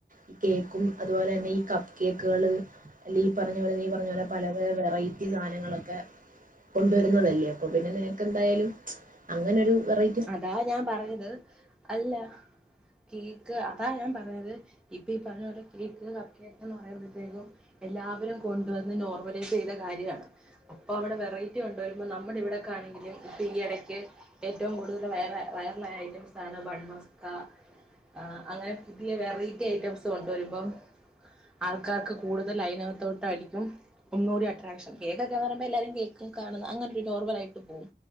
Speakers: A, on the right; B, in the centre.
A: ഈ കേക്കും അതുപോലെ തന്നെ ഈ കപ്പ് കേക്കുകൾ അല്ലെങ്ക നീ പറഞ്ഞ പോലെങ്ക പറഞ്ഞ പോലെ പല വെറൈറ്റി സാധനങ്ങളൊക്കെ. കൊണ്ടുവരുന്നതല്ലേ അപ്പൊ പിന്നെ നിനക്ക് എന്തായാലും അങ്ങനെരു വെറൈ
B: അതാ ഞാൻ പറഞ്ഞത് അല്ല കേക്ക് അതാണ് ഞാൻ പറഞ്ഞത് ഇപ്പ ഈ പറഞ്ഞ പോല കേക്ക് കപ്പ് കേക്ക് എന്ന് പറയുമ്പോഴത്തേക്കും എല്ലാവരും കൊണ്ടുവന്ന് നോർമലൈസ് ചെയ്ത കാര്യാണ് അപ്പൊ അവിടെ വെറൈറ്റി കൊണ്ട വരുമ്പോ നമ്മുടെ ഇവിടെക്കെ ആണെങ്കിലും ഇപ്പൊ ഈ ഇടയ്ക്ക് ഏറ്റവും കൂടുതൽ വയറ വയറലായ ഐറ്റംസ് ആണ് ബൺ മസ്ക ആ അങ്ങനെ പുതിയ വെറൈറ്റി ഐറ്റംസ് കൊണ്ടുവരുമ്പം ആൾക്കാർക്ക് കൂടുതൽ അയിനകത്തോട്ട് ആയിരിക്കും ഒന്നോടി അട്രാക്ഷൻ കേക്കൊക്കന്ന് പറുമ്പോ എല്ലാരും കേക്കും കാണുന്ന അങ്ങനൊരു നോർമലായിട്ട് പോകും